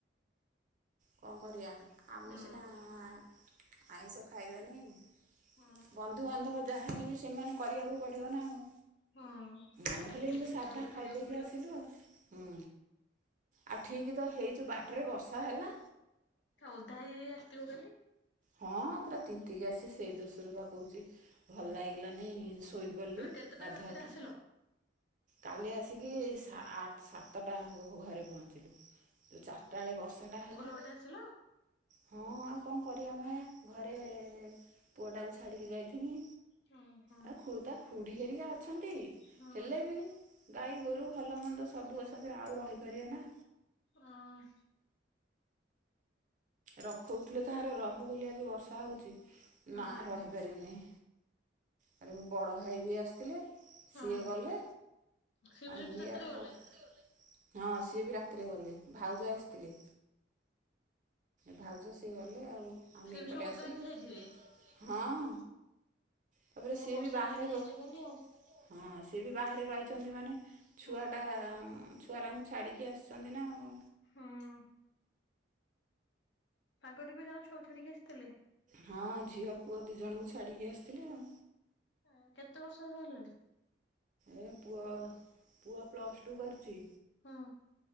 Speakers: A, on the right (about 45°); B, on the left (about 75°).
A: କଣ କରିବା ଆମେ
B: ହଁ
A: ସିନା ଆଁ ଆଁ ଆଇଁଷ ଖାଇବାନେହିଁ।
B: ହଁ
A: ବନ୍ଧୁବାନ୍ଧବ ଯାହାହେନେବେ ସେମାନେ କରିବାକୁ ପଡିବନା ଆଉ।
B: ହଁ
A: ଆମେ
B: ଖାଇକି
A: ଖାଲି ଏମିତି
B: ଯିବ
A: ସାଧା
B: ଯାହାହେଲେ
A: ଖାଇଦେଇକି
B: କରିବାକୁ ପଡିବ
A: ଆସିଲୁ ଆଉ। ହୁଁ ଆଉ ଠିକତ ହେଇଚୁ ବାଟରେ ବର୍ଷାହେଲା।
B: ସ ଓଦା ହେଇ ହେଇ ଆସିଥିବ ଖାଲି।
A: ହଁ ପୁରା ତିନ୍ତିକି ଆସିଛି ସେଇ ଦୋଷରୁବା କହୁଚି। ଭଲ ଲାଗିଲାନି ଶୋଇପଡିଲି
B: ଆଉ କେତେଟା
A: ଗାଧୁଆଳଟା।
B: ରାତିରେ ଆସିଲ
A: କାଲି ଆସିକି ଏଇ ସା ଆତ ସାତଟା ହବ ଘରେ ପହଞ୍ଚିଲି। ଯୋଉ ଚାରିଟା ବେଳେ ବର୍ଷାଟା ହେଲା
B: ଏପଟେ ଆସିଲ?
A: ହଁ, ଆଉ କଣ କରିବା ମାୟା, ଘରେ ପୁଅଟାକୁ ଛାଡ଼ିକି ଯାଇଥିନି?
B: ହଁ ହଁ
A: ଆ, ଖୁ, ତା ଖୁଡି ହେରିକା ଅଛନ୍ତି,
B: ହଁ
A: ହେଲେ ବି ଗାଈ ଗୋରୁ ଭଲମନ୍ଦ ସବୁ ଅଛନ୍ତି, ଆଉ ରହିପାରିବା ନା?
B: ହଁ
A: ରଖୋଉଥିଲେ ତାହାର ରହ ବୋଲି, ଆଜି ବର୍ଷା ହଉଚି,
B: ହଁ
A: ନା ରହି ପାରିବିନି। ତାର ଉ ବଡ଼ ଭାଇ ବି ଆସିଥିଲେ। ସିଏ
B: ହଁ
A: ଗଲେ,
B: ସିଏ
A: ଆଉ
B: ବି
A: ମୁଁ
B: ସେଠି
A: ଇଆଡେ,
B: ରାତିରେ ଗଲେ
A: <unintelligible> ହଁ। ସିଏବି ରାତିରେ ଗଲେ, ଭାଉଜ ଆସିଥିଲେ। ଭାଉଜ ସିଏ ଗଲେ, ଆଉ ଆମେ
B: ସିଏ
A: ଏପଟେ
B: ବି ସବୁ ଓଦା
A: ଆସିଲୁ,
B: ହେଇକି ଯାଇଥିବେ
A: <unintelligible> ହଁ। ତାପରେ
B: ଆଉ
A: ସିଏ
B: ବର୍ଷା
A: ବି ବାହାରେ
B: ଖାଇକି
A: ରହୁ
B: ଯାଇଛ
A: ହଁ,
B: କାଲି ଆଉ
A: ସେ ବି ବାହାରେ ରହିଛନ୍ତି ମାନେ, ଛୁଆଟା
B: ହୁଁ
A: ଛୁଆରାଙ୍କୁ ଛାଡ଼ିକି ଆସିଛନ୍ତି ନା ଆଉ
B: ହୁଁ ଆଗରୁ ବି ତାଙ୍କ ଛୁଆକୁ ଛାଡିକି ଆସିଥିଲେ?
A: ହଁ, ଝିଅ, ପୁଅ ଦି ଜଣଙ୍କୁ ଛାଡ଼ିକି ଆସିଥିଲେ ଆଉ।
B: ହଁ, କେତେ ବର୍ଷରେ ବାହାରିଲାଣି?
A: ଏ ପୁଅ, ପୁଅ ପ୍ଲସ୍ ଟୁ କରୁଛି।
B: ହଁ